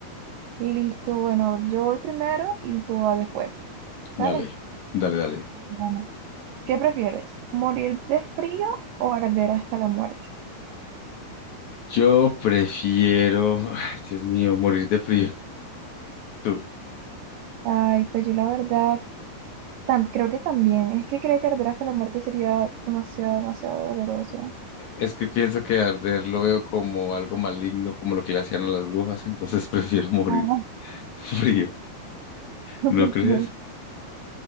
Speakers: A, on the right; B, on the left.
A: Listo, bueno, yo voy primero y tú vas después.
B: Dale,
A: Dale.
B: dale, dale.
A: Bueno. ¿Qué prefieres? ¿Morir de frío o arder hasta la muerte?
B: Yo prefiero, ay, Dios mío, morir de frío. Tú.
A: Ay, pues yo la verdad, tam- creo que también. Es que creo que arder hasta la muerte sería demasiado, demasiado doloroso.
B: Es que pienso que arder lo veo como algo maligno, como lo que le hacían a las brujas, entonces <laughs> prefiero morir
A: Ah,
B: frío,
A: <laughs>
B: ¿no
A: ok.
B: crees?